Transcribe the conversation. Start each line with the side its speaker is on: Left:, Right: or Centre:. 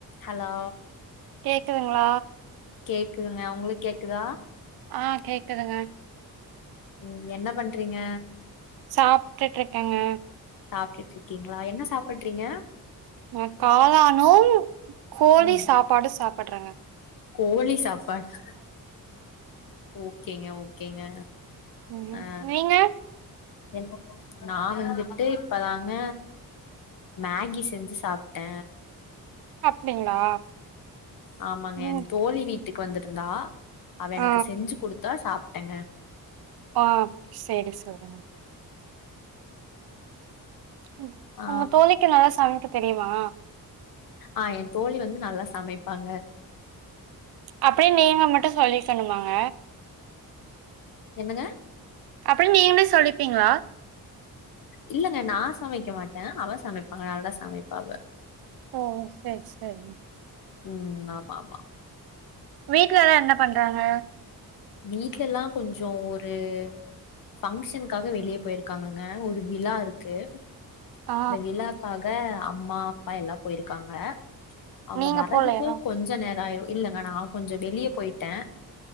Left: Hello
Right: கேக்குதுங்களா
Left: கேக்குதுங்க உங்களுக் கேக்குதா
Right: ஆ கேக்குதுங்க
Left: ம் என்ன பண்றீங்க
Right: சாப்ட்டுட்டுருக்கேங்க
Left: சாப்ட்டுட்டுருக்கீங்களா என்ன சாப்புட்றீங்க
Right: நா காளானு கோழி
Left: ம்
Right: சாப்பாடு சாப் ப்படுறங்க
Left: கோழி சாப்பாடு ஓகேங்க ஓகேங்க
Right: ம்
Left: ஆ
Right: நீங்க
Left: <unintelligible> நா வந்துட்டு இப்பதாங்க மேகி செஞ்சு சாப்பட்ட
Right: அப்டிங்களா
Left: ஆமாங்க
Right: ம்
Left: என் தோழி வீட் டுக்கு வந்துருந்தா அவ எனக்கு
Right: ஆ
Left: செஞ்சு குடுத்தா சாப்பட்டங்க
Right: ஆ சேரி சாதனா ம்
Left: ஆ
Right: உங்க தோழிக்கு நல்லா சமைக்க தெரியுமா
Left: ஆ ஏ தோழி வந்து நல்லா சமைப்பாங்க
Right: அப்டின்னு நீங்க மட்டும் சொல்லிக்கணுமாங்க
Left: என்னங்க
Right: அப்டின்னு நீங்களே சொல்லிப்பீங்களா
Left: இல்லங்க நான் சமைக்க மாட்டே அவ சமைப்பாங்க நல்லா சமைப்பா அவ
Right: ஓ செரி செரிங்க
Left: ம் ஆமா ஆமா
Right: வீட்லலா என்ன பண்றாங்க
Left: வீட்லலா கொஞ்சோ ஒரு பஃங்க்ஷனுக்காக வெளியே போயிருக்காங்கங்க ஒரு விளா இருக்கு
Right: ஆ
Left: அந்த விளாக்காக க அம்மா அப்பா எல்லா போயிருக்காங்க அவுங்க
Right: நீங்க
Left: வறதுக்கு
Right: போலையா
Left: கொஞ்ச நேரம் ஆயி இல்லங்க நான் கொஞ்சோ வெளிய போயிட்டே